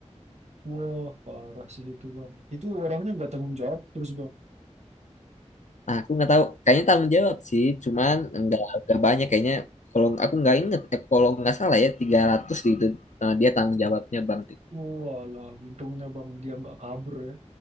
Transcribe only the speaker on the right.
Wah, parah sih itu Bang. Itu orangnya nggak tanggung jawab terus Bang.
Walah, untungnya Bang dia nggak kabur ya.